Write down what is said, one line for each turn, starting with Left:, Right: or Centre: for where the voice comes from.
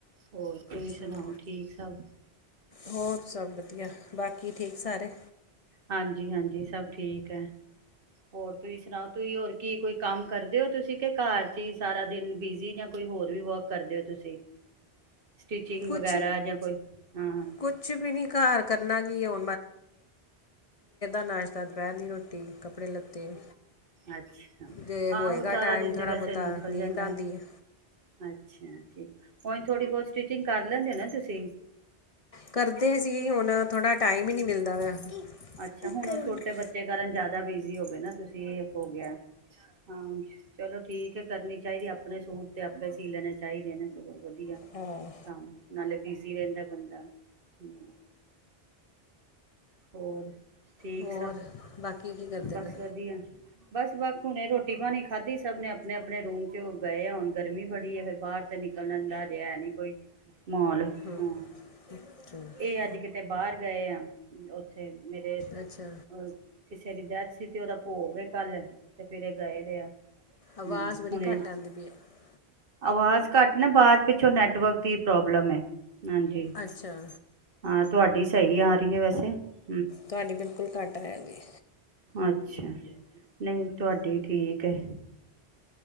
Right: ਹੋਰ ਤੁਸੀਂ
Left: ਚਲੋ
Right: ਸੁਣਾਓ ਠੀਕ ਸਭ
Left: ਹੋਰ ਸਭ ਵਧੀਆ, ਬਾਕੀ ਠੀਕ ਸਾਰੇ?
Right: ਹਾਂਜੀ ਹਾਂਜੀ ਸਭ ਠੀਕ ਹੈ। ਹੋਰ ਤੁਸੀਂ ਸੁਣਾਓ ਤੁਸੀਂ ਹੋਰ ਕੀ ਕੋਈ ਕੰਮ ਕਰਦੇ ਹੋ ਤੁਸੀਂ? ਘਰ ਚ ਹੀ ਸਾਰਾ ਦਿਨ ਬੀਜੀ, ਜਾਂ ਕੋਈ ਹੋਰ ਵੀ ਵਰਕ ਕਰਦੇ ਹੋ ਤੁਸੀਂ? ਸਟਿਚਿੰਗ
Left: ਕੁਛ
Right: ਵਗੈਰਾ ਜਾਂ ਕੋਈ ਹਾਂ
Left: ਕੁਛ ਵੀ ਨੀ ਘਰ ਕਰਨਾ ਕੀ ਉਹ ਨਾਸ਼ਤਾ ਦੁਪਹਿਰ ਦੀ ਰੋਟੀ ਕੱਪੜੇ ਲੱਤੇ
Right: ਅੱਛ
Left: ਜੇ
Right: ਹਾਂ
Left: ਹੋਏਗਾ
Right: ਉਹ ਸਾਰਾ
Left: ਟਾਈਮ
Right: ਦਿਨ
Left: ਥੋੜ੍ਹਾ
Right: ਤੇ ਵੈਸੇ
Left: ਬਹੁਤਾ
Right: ਨਿਕਲ
Left: ਨੀਂਦ
Right: ਜਾਂਦਾ
Left: ਆਉਂਦੀ ਹੈ
Right: ਅੱਛਾ ਉਹੀ ਥੋੜੀ ਬਹੁਤੀ ਸਟਿਚਿੰਗ ਕਰ ਲੈਂਦੇ ਨਾ ਤੁਸੀਂ
Left: ਕਰਦੇ ਸੀ ਹੁਣ ਥੋੜਾ ਟਾਈਮ ਵੀ ਨਹੀਂ ਮਿਲਦਾ ਪਿਆ ਮਾਸੀ
Right: ਅੱਛਾ
Left: ਸਪੀਕਰ
Right: ਹੁਣ ਉਹ ਛੋਟੇ
Left: ਔਨ ਕਰ।
Right: ਬੱਚੇ ਕਾਰਨ ਜ਼ਿਆਦਾ ਬਿਜ਼ੀ ਹੋ ਗਏ ਨਾ ਤੁਸੀਂ। ਸੇਫ ਹੋ ਗਿਆ ਹਾਂ ਚਲੋ ਠੀਕ ਹੈ ਕਰਨੀ ਚਾਹੀਦੇ ਆਪਣੇ ਸੂਟ ਤੇ ਆਪੇ ਸੀ ਲੈਣੇ ਚਾਹੀਦੇ ਨੇ। ਬਹੁਤ ਵਧੀਆ
Left: ਹਾਂ
Right: ਕੰਮ। ਨਾਲੇ ਬਿਜ਼ੀ ਰਹਿੰਦਾ ਬੰਦਾ ਹਾਂ। ਹੋਰ, ਠੀਕ
Left: ਹੋਰ
Right: ਸਭ
Left: ਬਾਕੀ ਕੀ ਕਰਦੇ
Right: ਬਸ
Left: ਪਏ
Right: ਵਧੀਆ ਬਸ ਵ ਹੁਣੇ ਰੋਟੀ ਰੋਟੀ ਪਾਣੀ ਖਾਧੀ ਸਭ ਨੇ ਆਪਣੇ ਆਪਣੇ ਰੂਮ ਚ ਉਹ ਗਏ ਆ ਹੁਣ ਗਰਮੀ ਬੜੀ ਹੈ ਫਿਰ ਬਾਹਰ ਤੇ ਨਿਕਲਣ ਦਾ ਰਿਹਾ ਨੀ ਕੋਈ ਮਾਹੌਲ ਹਾਂ
Left: ਹੂੰ ਅੱਛਾ।
Right: ਇਹ ਅੱਜ ਕਿਤੇ ਬਾਹਰ ਗਏ ਆ। <inaudible> <inaudible> ਮੇਰੇ ਕਲੋਜ
Left: ਅੱਛਾ
Right: ਕਿਸੇ ਡੈੱਥ ਕਿਤੇ ਉਹਦਾ ਭੋਗ ਐ ਕੱਲ ਤੇ ਫਿਰ ਇਹ ਗਏ ਪਏ ਆ।
Left: ਆਵਾਜ਼
Right: ਹਮ
Left: ਬੜੀ
Right: ਹੁਣ
Left: ਘੱਟ ਆਉਂਦੀ ਪਈ ਹੈ
Right: ਆਵਾਜ਼ ਘੱਟ ਨਾ ਬਾਹਰ ਪਿੱਛੋਂ ਨੈਟਵਰਕ ਦੀ ਪ੍ਰੋਬਲਮ ਹੈ। ਹਾਂਜੀ
Left: ਅੱਛਾ
Right: ਹਾਂ। ਤੁਹਾਡੀ ਸਹੀ ਆ ਰਹੀ ਹੈ ਵੈਸੇ। <inaudible>
Left: ਤੁਹਾਡੀ ਬਿਲਕੁਲ ਘੱਟ ਆਇਆ ਜੀ।
Right: ਅੱਛਾ ਨਹੀਂ ਤੁਹਾਡੀ ਠੀਕ ਹੈ।